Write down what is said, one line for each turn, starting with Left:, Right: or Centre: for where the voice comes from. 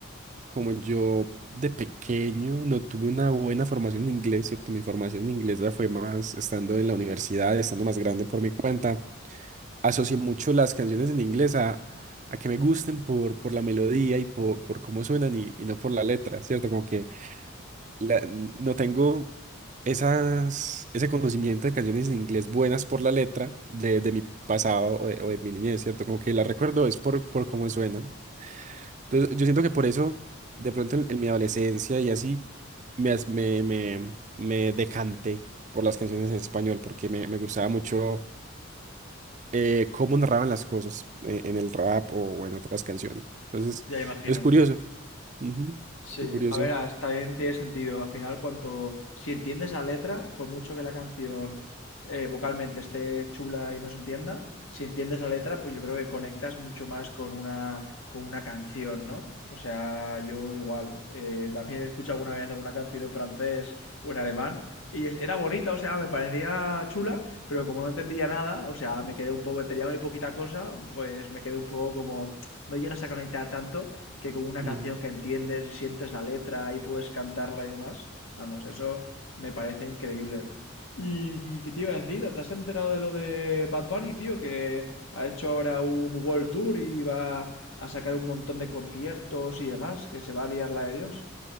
Right: como yo de pequeño no tuve una buena formación en inglés, ¿cierto? Mi formación en inglés la fue más estando en la universidad, estando más grande por mi cuenta. Asocié mucho las canciones en inglés a, a que me gusten por, por la melodía y por, por cómo suenan y, y no por la letra, ¿cierto? Como que la- no tengo esas, ese conocimiento de canciones en inglés buenas por la letra de, de mi pasado o de, o de mi niñez, ¿cierto? Como que las recuerdo es por, por cómo suenan. Entonces, yo siento que por eso, de pronto en, en mi adolescencia y así, me, as- me, me, me decanté por las canciones en español, porque me, me gustaba mucho eh, cómo narraban las cosas eh, en el rap o en otras canciones. Entonces,
Left: Ya imagino.
Right: es curioso. Ujú,
Left: Sí,
Right: Qué curioso.
Left: a ver, hasta bien tiene sentido. Al final, cuanto si entiendes la letra, por mucho que la canción eh, vocalmente esté chula y no se entienda, si entiendes la letra, pues yo creo que conectas mucho más con una con una canción, ¿no? O sea, yo igual eh, también he escuchado alguna vez alguna canción en francés o en alemán y es- era bonita, o sea, me parecía chula, pero como no entendía nada, o sea, me quedé un poco, tenía muy poquita cosa, pues me quedé un poco como no llegas a conectar tanto que con una
Right: Ujú.
Left: canción que entiendes y sientes la letra y puedes cantarla y demás. Vamos, eso me parece increíble. ¿Y, y qué te iba a decir? ¿Te has enterado de lo de Bad Bunny, tío? Que ha hecho ahora un World Tour y va a sacar un montón de conciertos y demás, que se va a liar la de Dios.